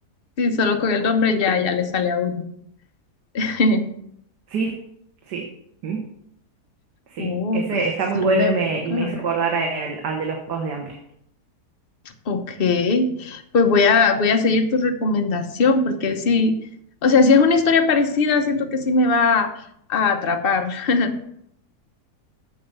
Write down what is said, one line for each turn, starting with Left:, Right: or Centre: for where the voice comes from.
Left: Sí, solo con el nombre ya, ya le sale a uno. <laughs>
Right: Sí, sí, mm, sí.
Left: Oh,
Right: Ese
Left: pues
Right: está muy
Left: lo
Right: bueno
Left: voy a
Right: y me,
Left: buscar.
Right: y me hizo acordar a el- al de los Juegos de Hambre.
Left: Ok, pues voy a, voy a seguir tu recomendación porque sí, o sea, si es una historia parecida, siento que sí me va a atrapar. <laughs>